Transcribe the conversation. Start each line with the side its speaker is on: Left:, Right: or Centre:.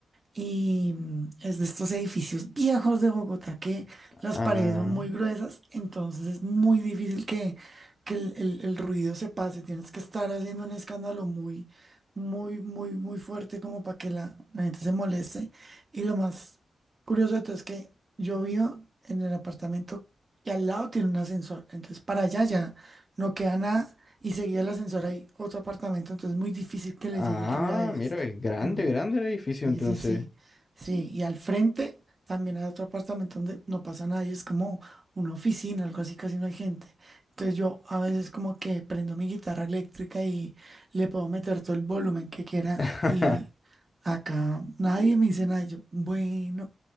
Right: Y mm, es de estos edificios viejos de Bogotá que las
Left: Ah,
Right: paredes son muy gruesas, entonces es muy difícil que, que el, el- el ruido se pase. Tienes que estar haciendo un escándalo muy, muy, muy, muy fuerte como para que la, la gente se moleste. Y lo más curioso de todo es que yo vivo en el apartamento y al lado tiene un ascensor. Entonces para allá ya no queda nada y seguido el ascensor hay otro apartamento, entonces es muy difícil que le
Left: ah,
Right: llegue el ruido a ellos.
Left: mira, es grande,
Right: Mm.
Left: grande el edificio
Right: Sí,
Left: entonces.
Right: sí, sí, sí. Y al frente también hay otro apartamento donde no pasa nadie, es como una oficina, algo así, casi no hay gente. Entonces yo a veces como que prendo mi guitarra eléctrica y le puedo meter todo el volumen que quiera
Left: <laughs>
Right: y acá nadie me dice nada, y yo, bueno.